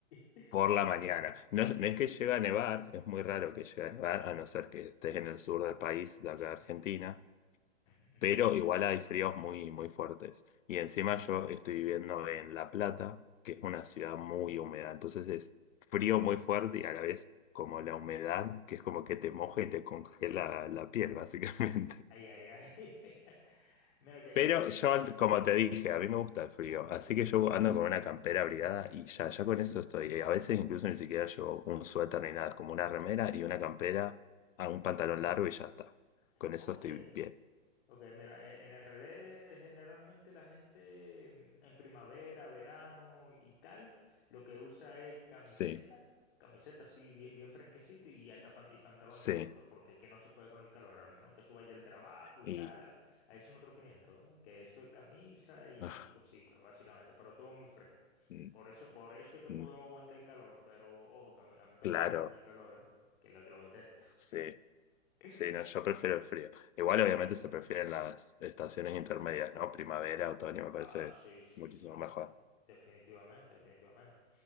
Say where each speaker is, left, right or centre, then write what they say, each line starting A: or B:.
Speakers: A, on the left; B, on the left.
A: <laughs>
B: por la mañana. No, es no es que llega a nevar, es muy raro que llegue a nevar, a no ser que estés en el sur del país, de acá de Argentina,
A: Ujú, ujú, ujú.
B: pero igual hay fríos muy, muy fuertes. Y encima yo estoy viviendo en La Plata, que es una ciudad muy húmeda, entonces es frío muy fuerte y a la vez como la humedad, que es como que te moja y te congela la piel, <laughs> básicamente.
A: Ay, ay, ay. <laughs> Mira que
B: Pero
A: es, es-
B: yo, como
A: sí.
B: te dije, a mí me gusta el frío, así que yo ando con una campera abrigada y ya, ya con eso estoy. Eh, A veces incluso ni siquiera llevo un suéter ni nada, es como una remera y una campera a un pantalón
A: ujú.
B: largo y ya está. Con
A: Ok,
B: eso estoy bien.
A: Ok, mira, e- en el revés generalmente la gente mm, en primavera, verano y tal, lo que usa es camiseta,
B: Sí,
A: camiseta así bien, bien fresquecita y hasta pan- y pantalones
B: sí.
A: cortos, porque que no se puede con el calor, al menos que tú vayas al trabajo y
B: Y
A: tal, a- ahí son otros 500, ¿eh? Que eso es camisa y,
B: ah,
A: y cositas, básicamente, pero todo muy fresco.
B: mm,
A: Por eso, por eso es que
B: mm,
A: podemos aguantar el calor, pero ojo, que a mí, a mí tampoco
B: claro,
A: me gusta el calor, ¿eh? Que lo que lo detesto.
B: sí,
A: <laughs>
B: sí, no, yo prefiero el frío. Igual
A: Ujú.
B: obviamente se prefieren las estaciones intermedias, ¿no? Primavera, otoño, me
A: Ah,
B: parece
A: sí, sí,
B: muchísimo
A: sí, no,
B: mejor.
A: definitivamente, definitivamente.